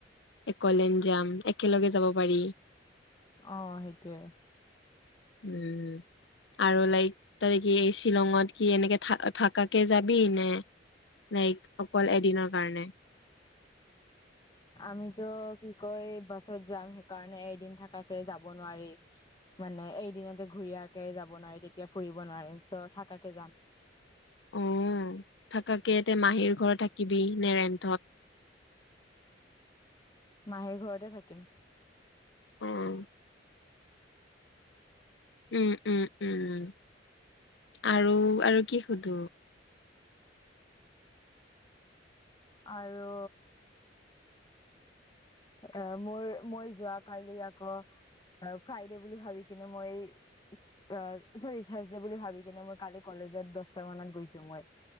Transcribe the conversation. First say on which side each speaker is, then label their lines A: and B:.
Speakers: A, on the left; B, on the left.
A: একলেন যাম একেলগে যাব পাৰি।
B: অ', সেইটোয়ে।
A: উম, আৰু লাইক তই কি এই শ্বিলঙত কি এনেকে থ থাকাকে যাবি নে লাইক অকল এদিনৰ কাৰণে?
B: আমি ত কি কয় বাছত যাম, সেইকাৰণে এদিন থাকাকে যাব নোৱাৰি মানে এইদিনতে ঘুৰি আহাকে যাব নোৱাৰি তেতিয়া ফুৰিব নোৱাৰিম চ থাকাকে যাম।
A: অ থাকাকে তে মাহীৰ ঘৰত থাকিবি নে ৰেন্ঠত?
B: মাহীৰ ঘৰতে থাকিম।
A: <unintelligible> উম, উম, উম, উম আৰু আৰু কি সুধো?
B: আৰু এ মোৰ মই যোৱা কালি আকৌ ফ্ৰাইডে বুলি ভাবি কিনে মই আ, চৰি থাৰছডে বুলি ভাবি কিনে মই কালি কলেজত দচটা মানত গৈছো মই।